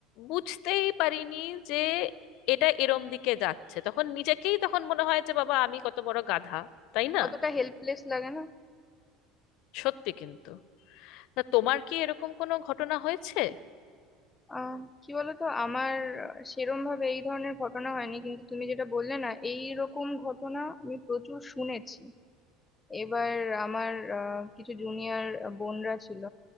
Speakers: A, on the left (about 60°); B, on the left (about 20°).
A: বুঝতেই পারিনি যে এটা এরম দিকে যাচ্ছে তখন নিজেকেই তখন মনে হয় যে বাবা আমি কত বড় গাধা তাই না
B: কতটা হেল্পলেস লাগে না
A: সত্যি কিন্তু না তোমার কি এরকম কোনো ঘটনা হয়েছে
B: আহ কি বলতো আমার সেরম ভাবে এই ধরনের ঘটনা হয়নি কিন্তু তুমি যেটা বললে না এই রকম ঘটনা আমি প্রচুর শুনেছি এবার আমার আহ, কিছু জুনিয়র বোনরা ছিল